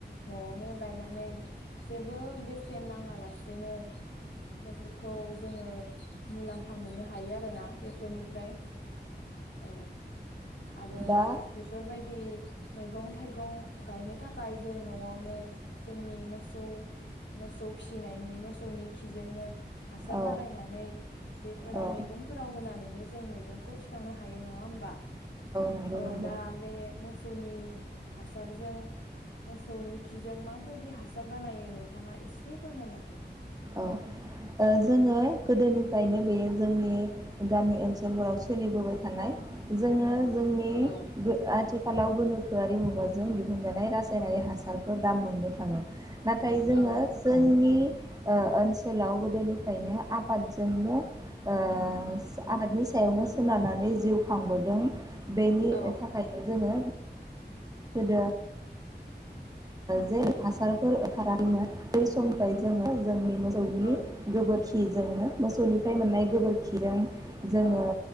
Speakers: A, on the left (about 80°); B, on the right (about 20°).
A: न'वावनो गायनानै जेबो बेसेन नाङा लासेनो बेफोरखौ जोङो मुलाम्फा मोननो हायो आरोना बेफोरनिफ्राय औ। आरो
B: दा
A: बेफोरबायदि मैगं थाइगं गायनो थाखाय जों न'वावनो जोंनि मोसौ मोसौ फिसिनायनि मोसौनि खिजोंनो हासार
B: औ
A: बानायनानै बेफोराव
B: औ
A: मैगंफोराव होनानै नो जों मैगंखौ थिखांनो हायो नङा होमबा।
B: नंगौ
A: औ
B: नंगौ
A: दा बे मो मोसौनि हासारजों मोसौनि खिजों माबायदि हासार बानायो नोंथाङा एसे फोरमायना हो।
B: औ ओ जोङो गोदोनिफ्रायनो बेयो जोंनि गामि ओनसोलफोराव सोलिबोबाय थानाय जोङो जोंनि
A: औ
B: आथिखालाव गोनोखोआरि मु मुगाजों दिहुनजानाय रासायनारि हासारफोर दा मोननो थाङो। नाथाय जोङो
A: औ
B: जोंनि ओ ओनसो ओनसोलाव गोदोनिफ्रायनो आबादजोंनो ओ आबादनि सायावनो सोनारनानै जिउ खांबोदों। बेनि
A: औ
B: थाखायनो जोङो गोदो जे हासारफोर ओंखाराखैमोन बै समनिफ्राय जोङो जोंनि मोसौनि
A: औ
B: गोबोरखिजोंनो मोसौनिफ्राय मोननाय गोबोरखिजों जोङो
A: औ